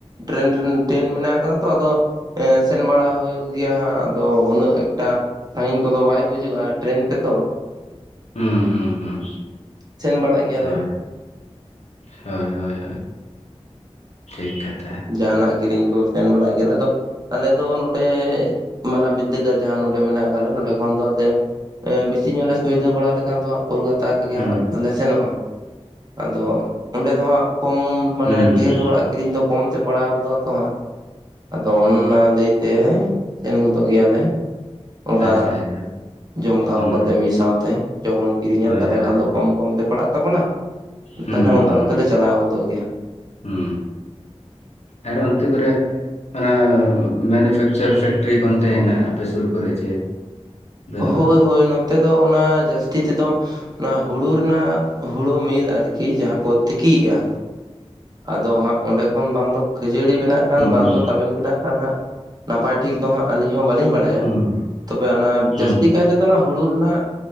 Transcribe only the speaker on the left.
ᱦᱩᱸ ᱦᱩᱸ ᱦᱩᱸ
ᱦᱳᱭ ᱦᱳᱭ ᱦᱳᱭ ᱦᱳᱭ ᱴᱷᱤᱠ ᱠᱟᱛᱷᱟ
ᱦᱩᱸ
ᱦᱩᱸ ᱦᱩᱸ
ᱦᱩᱸ
ᱟᱪᱪᱷᱟ ᱟᱪᱪᱷᱟ
ᱦᱩᱸ
ᱦᱳᱭ
ᱦᱳᱭ
ᱦᱩᱸ
ᱦᱩᱸ
ᱦᱩᱸ
ᱦᱩᱸ ᱟᱨ ᱚᱱᱛᱮ ᱠᱚᱨᱮ ᱚᱱᱟ ᱢᱮᱱᱩᱯᱷᱮᱠᱪᱟᱨ ᱯᱷᱮᱠᱴᱨᱤ ᱠᱚ ᱚᱱᱛᱮ ᱦᱮᱱᱟᱜᱼᱟ ᱟᱯᱮ ᱥᱩᱨ ᱠᱚᱨᱮ ᱪᱮ ᱵᱟᱹᱱᱩᱜᱼᱟ?
ᱦᱩᱸ
ᱦᱩᱸ
ᱦᱩᱸ
ᱦᱩᱸ